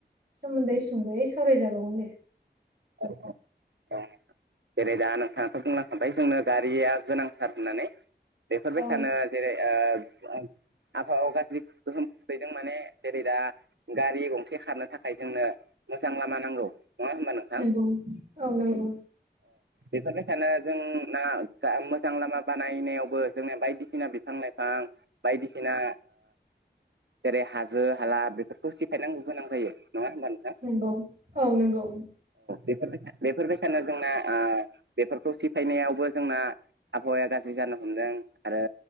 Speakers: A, on the right; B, on the right.
A: सोमोन्दै सुंदयै सावरायजाबावगोन दे
B: औ औ जेरै दा नोंथाङाथ' बुंलांखाबबाय जोंनो गारिया गोनांथार होननानै बेफोरबाय
A: औ
B: सानो जेरै आबहावायाव गाज्रि गोहोम खोख्लैदों माने जेरै दा गारि गंसे खारनो थाखाय जोंनो मोजां लामा नांगौ नङा होमबा नोंथां
A: ओं औ नंगौ
B: बेफोरबाय सानो जोंना मोजां लामा बानायनायावबो जोंनि बायदिसिना बिफां लाइफां बिफां बायदिसिना जेरै हाजो हाला बेफोरखौ सिफायनांगौ गोनां जायो नङा होमबा नोंथां
A: नंगौ औ नंगौ
B: बेफोरबाय बेफोरबायसानो जोंना बेफोरखौ सिफायनायावबो जोंना आबहावाया गाज्रि जानो हमदों आरो